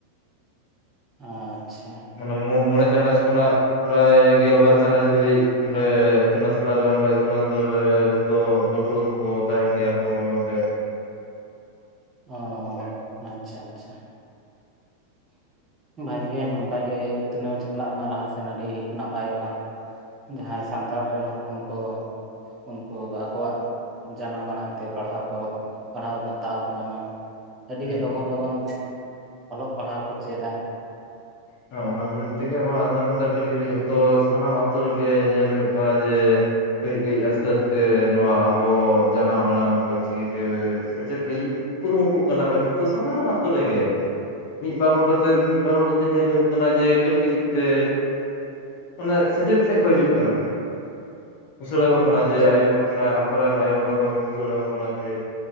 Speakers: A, on the right; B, on the left.
A: ᱟᱪᱷᱟ
B: ᱢᱟᱱᱮ ᱢᱚᱬᱮ ᱪᱟᱱᱟᱪ ᱠᱷᱚᱱᱟᱜ ᱯᱨᱟᱭ ᱜᱮᱞᱵᱟᱨ ᱪᱟᱱᱟᱪ ᱫᱷᱟᱹᱨᱤᱡ ᱚᱸᱰᱮ ᱤᱛᱩᱱ ᱟᱥᱲᱟᱨᱮ ᱚᱱᱟ ᱤᱛᱩᱱ ᱟᱥᱲᱟᱨ ᱨᱮ ᱡᱚᱛᱚ ᱛᱚ ᱯᱟᱹᱴᱷᱣᱟᱹ ᱠᱚᱠᱚ ᱛᱟᱦᱮᱱ ᱜᱮᱭᱟ ᱠᱚ ᱚᱸᱰᱮ
A: ᱚ ᱟᱪᱷᱟ ᱟᱪᱷᱟ ᱵᱷᱟᱜᱮ ᱱᱚᱝᱠᱟᱜ ᱜᱮ ᱩᱛᱱᱟᱹᱣ ᱪᱟᱞᱟᱜ ᱢᱟ ᱞᱟᱦᱟᱥᱮᱱ ᱟᱹᱰᱤ ᱱᱟᱯᱟᱭᱚᱜᱼᱟ ᱡᱟᱦᱟᱸᱭ ᱥᱟᱱᱛᱟᱲ ᱨᱮᱱ ᱦᱚᱯᱚᱱ ᱠᱚ ᱩᱱᱠᱩ ᱟᱠᱚᱣᱟᱜ ᱡᱟᱱᱟᱢ ᱟᱲᱟᱝ ᱛᱮ ᱯᱟᱲᱦᱟᱣ ᱠᱚ ᱯᱟᱲᱦᱟᱣ ᱨᱮᱱᱟᱜ ᱫᱟᱣ ᱠᱚ ᱧᱟᱢᱟ᱾ ᱟᱹᱰᱤ
B: ᱦᱩᱸ
A: ᱜᱮ ᱞᱚᱜᱚᱱ ᱞᱚᱜᱚᱱ ᱚᱞᱚᱜ ᱯᱟᱲᱦᱟᱣ ᱠᱚ ᱪᱮᱫᱟ᱾
B: ᱦᱮᱸ ᱚᱱᱟ ᱠᱷᱟᱹᱛᱤᱨ ᱛᱮᱜᱮ ᱟᱫᱚ ᱱᱮᱛᱟᱨ ᱠᱟᱹᱴᱤᱡ ᱠᱟᱹᱴᱤᱡ ᱡᱷᱚᱛᱚ ᱥᱟᱱᱟᱢ ᱟᱛᱳ ᱨᱮᱜᱮ ᱧᱮᱞ ᱦᱩᱭᱩᱜ ᱠᱟᱱᱟ ᱡᱮ ᱠᱟᱹᱡ ᱠᱟᱹᱡ ᱟᱥᱛᱮ ᱟᱥᱛᱮ ᱱᱚᱣᱟ ᱟᱵᱚ ᱡᱟᱱᱟᱢ ᱟᱲᱟᱝ ᱚᱞ ᱪᱤᱠᱤᱛᱮ ᱥᱮᱪᱮᱫ ᱞᱟᱹᱜᱤᱫ ᱠᱩᱨᱩᱢᱩᱴᱩᱜ ᱠᱟᱱᱟ ᱠᱚ ᱡᱷᱚᱛᱚ ᱥᱟᱱᱟᱢ ᱟᱛᱳ ᱨᱮᱜᱮ ᱢᱤᱫ ᱵᱟᱨ ᱦᱚᱲ ᱠᱟᱛᱮ ᱢᱤᱫ ᱵᱟᱨ ᱦᱚᱲ ᱛᱮ ᱧᱮᱞ ᱦᱩᱭᱩᱜ ᱠᱟᱱᱟ ᱡᱮ ᱠᱟᱹᱴᱤᱡ ᱠᱟᱹᱴᱤᱡ ᱛᱮ ᱚᱱᱟ ᱥᱮᱪᱮᱫ ᱥᱮᱫ ᱠᱚ ᱦᱤᱡᱩᱜ ᱠᱟᱱᱟ, ᱵᱩᱥᱟᱹᱲᱟᱹ ᱠᱟᱱᱟ
A: ᱟᱪᱪᱷᱟ
B: ᱡᱮ ᱟᱭᱳ ᱢᱟᱱᱮ ᱟᱠᱚᱨᱮᱱ ᱟᱭᱳ ᱵᱟᱵᱟ ᱛᱟᱠᱚ ᱵᱩᱥᱟᱹᱲᱟᱠ ᱠᱟᱱᱟ ᱡᱮ